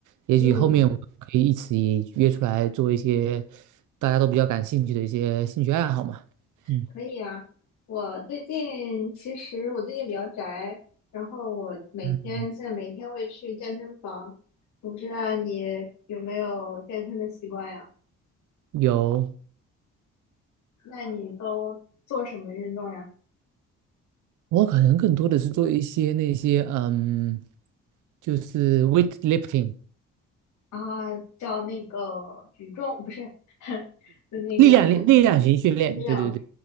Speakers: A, on the right (about 80°); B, on the left (about 75°).
A: 也许后面我们可以一起约出来做一些
B: 嗯，
A: 大家都比较感兴趣的一些兴趣爱好嘛。嗯
B: 可以啊。我最近其实我最近比较宅，然后我每天现在每天会去健身房。
A: 嗯，
B: 我不知道你有没有健身的习惯呀？
A: 有，
B: 那你都做什么运动呀？
A: 我可能更多的是做一些那些嗯，就是 weightlifting
B: 啊，叫那个举重，不是，<laughs> 就那个
A: 力量力量型训练。
B: 力量。
A: 对对对，